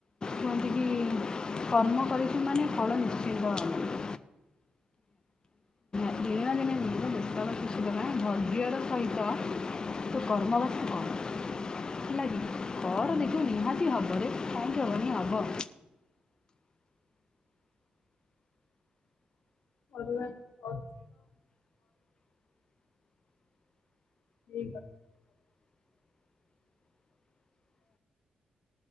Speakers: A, on the left; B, on the left.
A: କୁହନ୍ତି କି କର୍ମ କରିଛୁ ମାନେ ଫଳ ନିଶ୍ଚିନ୍ତ ମିଳିବ। ଦିନେ ନା ଦିନେ ମିଳିବ। ବ୍ୟସ୍ତ ହେବା କିଛି ତ ନାହିଁ ଧର୍ଯ୍ୟର ସହିତ ତୁ କର୍ମବାକି କର। ହେଲା କି ପଢ଼ ଦେଖିବୁ ନିହାତି ହବରେ କାହିଁକି ହବନି ହବ।
B: ପଢିବା ପଡ଼ ଠିକ ଅ